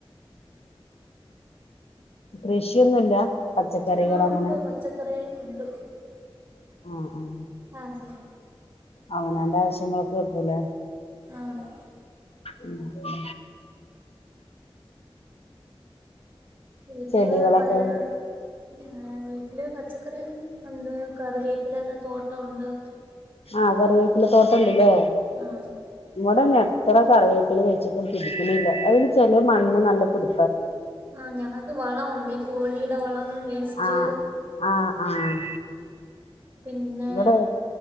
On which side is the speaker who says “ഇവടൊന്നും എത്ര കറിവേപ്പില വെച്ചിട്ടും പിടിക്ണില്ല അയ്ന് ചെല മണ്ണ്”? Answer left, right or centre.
Left